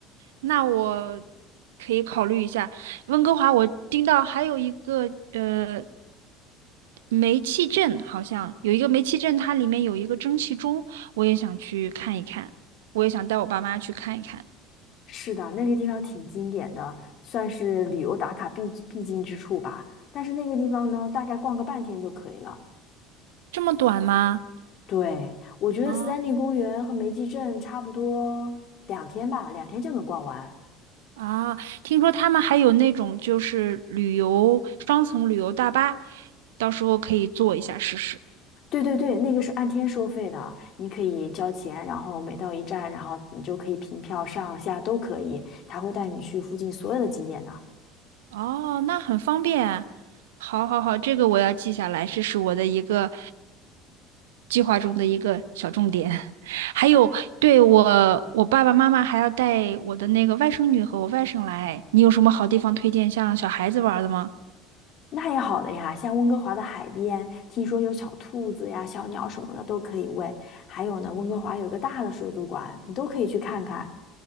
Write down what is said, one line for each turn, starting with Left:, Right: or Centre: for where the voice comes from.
Right: 那我可以考虑一下。温哥华，我听到还有一个呃煤气镇，好像有一个煤气镇，它里面有一个蒸汽钟，我也想去看一看，我也想带我爸妈去看一看。
Left: 是的，那个地方挺经典的，算是旅游打卡必必经之处吧。但是那个地方呢，大概逛个半天就可以了。
Right: 这么短吗？
Left: 对，我觉得三丹利公园和梅基镇差不多两天吧，
Right: 哦
Left: 两天就能逛完。
Right: 啊，听说他们还有那种就是旅游双层旅游大巴，到时候可以坐一下试试。
Left: 对对对，那个是按天收费的，你可以交钱，然后每到一站，然后你就可以凭票上下都可以，他会带你去附近所有的景点的。
Right: 哦，那很方便。好，好，好，这个我要记下来，这是我的一个。计划中的一个小重点。<laughs> 还有，对，我，我爸爸妈妈还要带我的那个外甥女和我外甥来。你有什么好地方推荐，像小孩子玩的吗？
Left: 那也好的呀，像温哥华的海边，听说有小兔子呀、小鸟什么的都可以喂，还有呢，温哥华有个大的水族馆，你都可以去看看。